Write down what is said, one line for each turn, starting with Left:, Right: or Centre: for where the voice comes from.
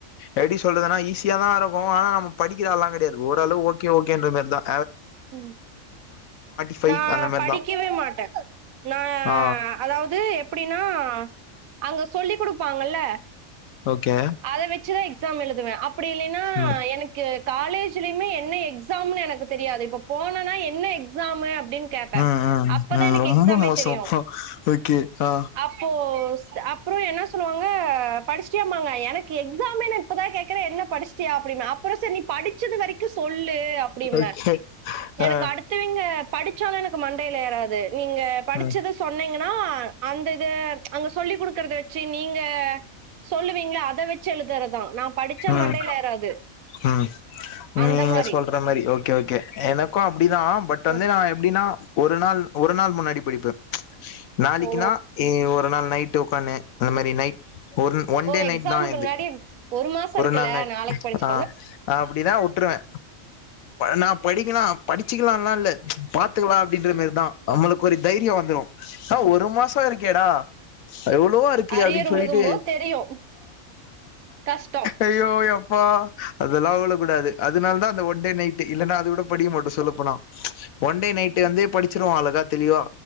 Left: எப்படி சொல்றதுனா ஈஸியா தான் இருக்கும் ஆனா நம்ம படிக்கிறால்லாம் கிடையாது ஓரளவு ஓகே ஓகே இன்ற மாரிதான்
Right: உம்
Left: ஃபைவ்
Right: நான்
Left: அந்த மாரி
Right: படிக்கவே
Left: தா
Right: மாட்டேன் நான்
Left: ஆ
Right: அதாவது எப்டிடனா அங்க சொல்லி் கொடுப்பாங்கல
Left: ஓகே
Right: அத வச்சுதான் எக்ஸாம் எழுதுவேன் அப்படி இல்லைன்னா
Left: ம்
Right: எனக்கு காலேஜ்லயுமே என்ன எக்ஸாம்னு எனக்கு தெரியாது இப்ப போனனா என்ன எக்ஸாம் எப்படினு கேடாடாரு
Left: ம் ம்
Right: அப்பதான்
Left: ம்
Right: எனக்கு
Left: ரொம்ப
Right: எக்ஸாமே
Left: மோசோ
Right: தெரியும்
Left: ஓகே ஆ
Right: அப்போ அப்புறம் என்ன சொல்லுவாங்க அ படிச்ட்டேமாங்க எனக்கு எக்ஸாமே நா இப்பதா கேக்குற என்ன படிச் சியா அப்டினா அப்பற சரி நீ படிச்சது வரைக்கு சொல்லு அப்டிம்பே
Left: ஓகே
Right: எனக்கு
Left: ஆ
Right: அடுத்தவிங்க படிச்சாலு எனக்கு மண்டைல ஏறாது நீங்க படிச்சத
Left: ம்
Right: சொன்னி னொனா அந்த ந்த அங்க சொல்லி குடுக்கறத வச் சே நீங்க சொல்லுவீங்ள அ த வச்சு எழுதுறதா நா படுச்சா
Left: ம்
Right: மண்டைல ஏறாது
Left: ம்
Right: அந்த
Left: நீங்க
Right: மாரி.
Left: சொல்ற மாரி ஓகே ஓகே எனக்கு அப்டிதா பட் வந்து
Right: ஓ
Left: நா எப்டின் னா ஒரு நாள் ஒரு நாள் முன்னாடி படிப்பே நாளைக்குனா
Right: ஓ
Left: ஒரு நாள் நைட்டு ஒ பண்ணு அந்த மாரி நைட் ஒன் ஒன்
Right: ஓ
Left: டே
Right: எக்ஸாம்க்கு
Left: நைட் தா இது
Right: முன்னாடி ஒரு மாச இருக்குல்ல
Left: நாள் நைட்
Right: நாளைக் படுச்சு
Left: ஆ அப்டிதா உட்ருவே நா படிக்கனா படிச்சிக்லால்லா இல்ல பாத்துக்கலா அப்டின்ற மேரிதா நம்மளுக்கு ஒரு தைரியொ வந்துரு ஆ ஒரு மாச இருக் கேடா எவ்ளவோ இருக்கு
Right: அரியர்
Left: அப்டின் சொல்லிட்டு
Right: விழுகும்போது தெரியும். கஷ்டம்.
Left: ஐயோ யோ பா அதல்லா உழக் கூடாது அதனால் தா அந்த ஒன் டே நைட்டு இல்லன்னா அது கூட படிக்க மாட்டோ சொல்லப்போனா ஒன்டே நைட்டு வந்து படிச்சிருவோ அழகா தெளிவா